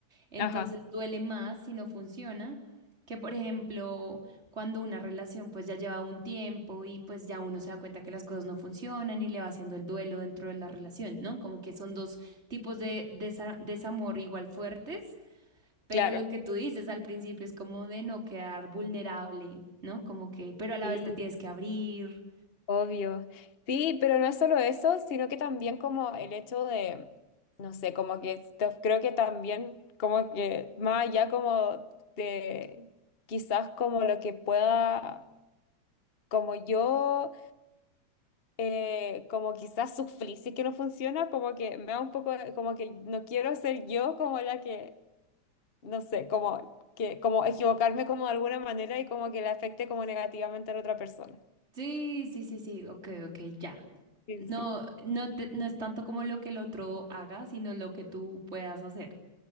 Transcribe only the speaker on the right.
entonces
duele más si no funciona. Que por ejemplo, cuando una relación pues ya lleva un tiempo y pues ya uno se da cuenta que las cosas no funcionan y le va haciendo el duelo dentro de la relación, ¿no? Como que son dos tipos de desa- desamor igual fuertes pero
lo que tú dices al principio es como de no quedar vulnerable, ¿no? Como que, pero a la
vez te tienes que abrir.
Sí, sí, sí, sí, ok, ok, ya.
No,
no te- no es tanto como lo que el otro haga, sino lo que tú puedas hacer.